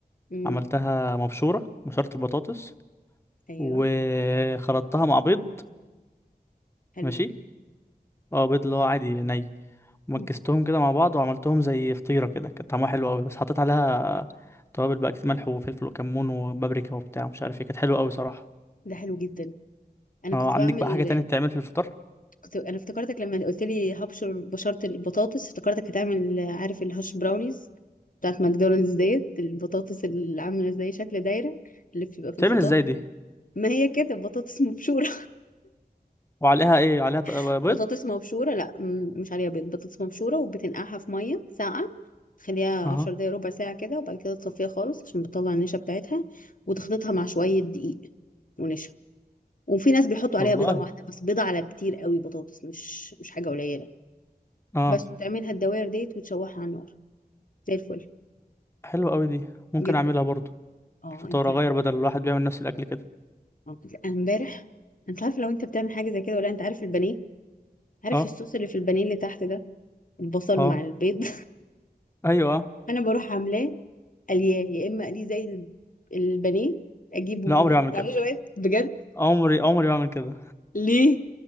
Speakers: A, on the left; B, on the left.
A: امم
B: عملتها مبشوره مبشوره البطاطس
A: ايوه
B: وخلطتها مع بيض
A: حلو
B: ماشي
A: ده
B: اه بيض اللي هو عادي ني ومكستهم
A: مم.
B: كده مع بعض وعملتهم زي فطيره كده كانت طعمها حلو قوي بس حطيت عليها توابل بقى كتير ملح وفلفل وكمون وبابريكا وبتاع مش عارف ايه كانت حلوه قوي صراحه
A: ده حلو جدا انا
B: اه
A: كنت
B: عندك
A: بعمل
B: بقى حاجه تانية بتتعمل في الفطار
A: كنت انا افتكرتك لما قلت لي هبشر بشرت البطاطس افتكرتك هتعمل عارف الهاش براونيز بتاعت ماكدونالدز ديت البطاطس اللي عامله زي شكل دايره اللي بتبقى في
B: بتتعمل
A: الفطار
B: ازاي دي
A: ما هي كده بطاطس مبشورة
B: وعليها ايه عليها ط- بيض
A: <laughs> بطاطس مبشورة لا م- مش عليها بيض بطاطس مبشورة وبتنقعها في مية ساقعة تخليها
B: اها
A: عشر دقايق ربع ساعة كده وبعد كده تصفيها خالص عشان بتطلع النشا بتاعتها وتخلطها مع شوية دقيق ونشا وفي ناس بيحطوا
B: والله
A: عليها بيضة واحدة بس بيضة على كتير قوي بطاطس مش مش حاجة قليلة
B: اه
A: بس وتعملها الدوائر ديت وتشوحها على النار زي الفل
B: حلوة قوي دي ممكن
A: جدا
B: اعملها برضو
A: اه
B: الفطار
A: انت
B: اغير بدل الواحد بيعمل نفس الاكل كده
A: آه، لأ، أنا امبارح انا مش عارفة لو انت بتعمل حاجة زي كده ولا لأ، انت عارف البانيه عارف
B: اه
A: الصوص اللي في البانيه اللي تحت ده البصل
B: اه
A: مع البيض
B: ايوه اه
A: انا بروح عاملاه قلياه يا اما قليه زي الب- البانيه اجيبه
B: لا عمري
A: احط
B: بعمل كده
A: عليه جوات بجد
B: عمري عمري بعمل كده
A: ليه